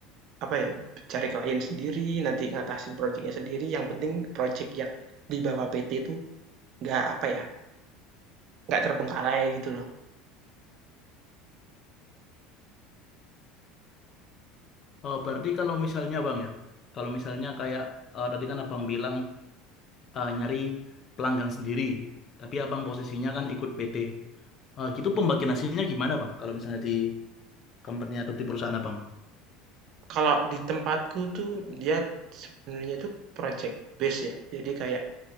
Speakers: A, on the right; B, on the left.
A: apa ya, cari klien sendiri, nanti ngatasin projeknya sendiri, yang penting projek yang di bawah PT itu nggak apa ya, nggak terbengkalai gitu loh.
B: Oh, berarti kalau misalnya bang ya, kalau misalnya kayak eh, tadi kan abang bilang eh, nyari pelanggan sendiri, tapi abang posisinya kan ikut PT. Eh, gitu pembagian hasilnya gimana bang? Kalau misalnya di company atau di perusahaan abang?
A: Kalau di tempatku tuh dia sebenarnya tuh project based ya. Jadi kayak,